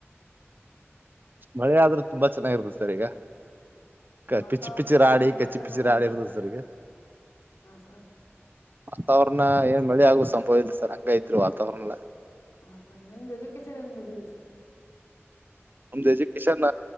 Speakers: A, on the right; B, on the left.
A: ಮಳೆ ಆದ್ರೆ ತುಂಬಾ ಚೆನ್ನಾಗಿರುತ್ತದೆ ಸರ್ ಈಗ. ಕ
B: ವಾತಾವರಣ
A: ಪಿಚ್ಚಿ ಪಿಚ್ಚಿ ರಾಡಿ
B: ಕ್ಲೈಮೇಟ್
A: ಕಚ್ಚಿ
B: ಎಲ್ಲಾ
A: ಪಿಚ್ಚಿ
B: ಹೆಂಗಿದೆ
A: ರಾಡಿ ಇರ್ತದ್ ಸರ್ ಈಗ.
B: ಹಾ ಸರ್
A: ವಾತಾವರಣ ಏನ್ ಮಳಿ ಆಗುವ ಸಂಭವ ಇಲ್ರಿ ಸರ್ ಹಂಗ ಐತ್ರಿ ವಾತಾವರಣ ಏಲ್ಲ.
B: ಹಾ ಸರ್ ನಿಮ್ದ್ ಎಜುಕೇಶನ್ ಏನ್ ಮುಗ್ದಿದೆ ಸರ್.
A: ನಮ್ದ ಎಜುಕೇಶನ್